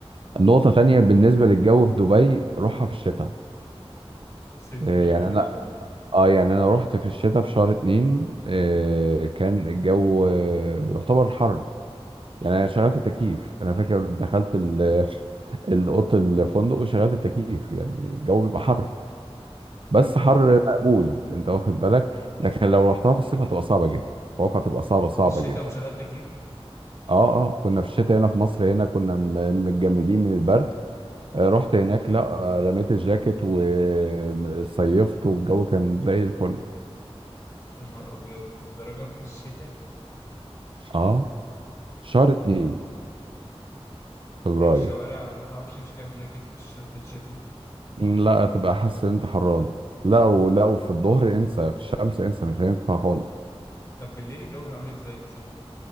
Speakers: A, on the right (about 55°); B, on the left (about 30°).
A: نقطة تانية بالنسبة للجو في دبي روحها في الشتاء
B: صيف
A: إيه
B: إيه الكلام
A: يعني انا اه يعني انا رحت في الشتاء في شهر اتنين آه كان الجو آه يعتبر حر يعني انا شغلت التكييف انا فاكر دخلت ال- <laughs> الاوضه الفندق وشغلت التكييف يعني الجو بيبقى حر بس
B: آه
A: حر مقبول انت واخد بالك لكن لو رحتها في الصيف هتبقى صعبه جدا اتوقع تبقى
B: يعني
A: صعبه
B: أنت
A: صعبه
B: في الشتاء
A: جدا
B: ومشغل تكييف
A: اه اه كنا في الشتاء هنا في مصر هنا كنا م- متجمدين من البرد آه، رحت هناك لا آه، رميت الجاكيت وصيفت والجو كان زي الفل
B: يا نهار أبيض الدرجة في الشتاء
A: اه شهر اتنين فبراير
B: يعني الشوارع ما تعرفش تمشي فيها بجاكيت في, الش... في الشتاء
A: لا تبقى حاسس ان انت حران لا ولو في الظهر انسى في الشمس انسى مش هينفع خالص
B: طب بالليل الجو بيبقى عامل إزاي مثلا